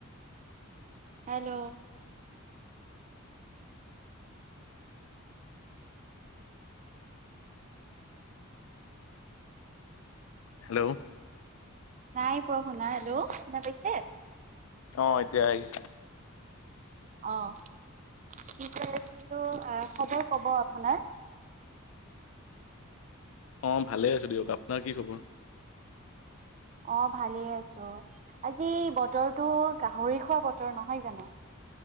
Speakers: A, on the right; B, on the left.
A: hello.
B: হেল্ল'।
A: নাই পোৱা শুনা, হেল্ল'! শুনা পাইছে?
B: অ'! এতিয়া আহিছে।
A: অ'! কি কৈ আছিলোঁ! আঁ খবৰ ক'ব আপোনাৰ?
B: অ'! ভালে আছোঁ দিয়ক, আপোনাৰ কি খবৰ?
A: অ'! ভালেই আছোঁ। আজি বতৰটো, গাহৰি খোৱা বতৰ নহয় জানোঁ?